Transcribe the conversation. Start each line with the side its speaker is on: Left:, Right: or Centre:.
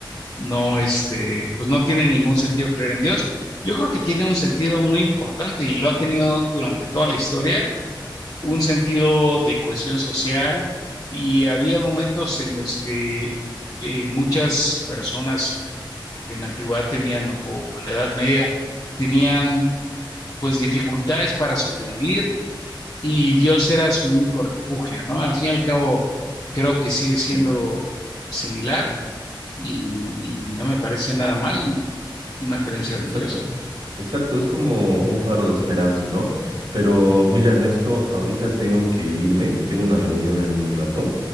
Left: no, este, pues no tiene ningún sentido creer en Dios. Yo creo que tiene un sentido muy importante y lo ha tenido durante toda la historia, un sentido de cohesión social y había momentos en los que eh, muchas personas en la antigüedad tenían o o en la Edad Media tenían pues dificultades para sobrevivir y Dios era su único refugio, ¿no? Al fin y al cabo, creo que sigue siendo
Right: sí,
Left: similar y, y no me parece nada mal una creencia
Right: exacto.
Left: religiosa.
Right: Exacto, es como un faro de esperanza, ¿no? Pero mira, Ernesto, ahorita tengo que irme, tengo una reunión en un rato